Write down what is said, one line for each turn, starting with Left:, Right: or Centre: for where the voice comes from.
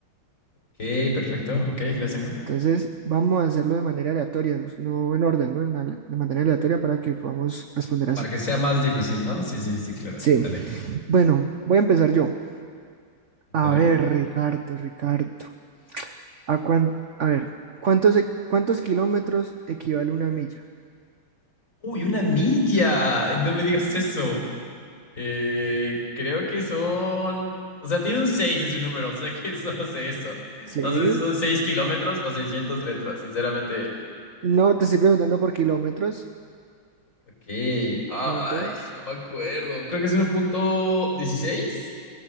Left: Ok, perfecto. Ok, aquí las tengo.
Right: Entonces vamos a hacerlo de manera aleatoria, no no en orden, ¿no? En ale- de manera aleatoria para que podamos responder así.
Left: Para que sea más difícil, ¿no? Sí, sí, sí, claro.
Right: Sí,
Left: Dale,
Right: bueno, voy a empezar yo.
Left: dale.
Right: A ver, Ricardo, Ricardo. A, cuán- a ver, ¿cuántos, e- cuántos kilómetros equivale una milla?
Left: Uy, una milla. Eh, No me digas eso. Eh, creo que son... O sea, tiene un 6 en su número, <laughs> o sea que <laughs> solo sé eso.
Right: Sí,
Left: No sé si son seis kilómetros o seiscientos metros, sinceramente.
Right: no te estoy preguntando por kilómetros.
Left: Ok, ay,
Right: ¿Cuánto es?
Left: no me acuerdo. Creo que es uno punto dieciséis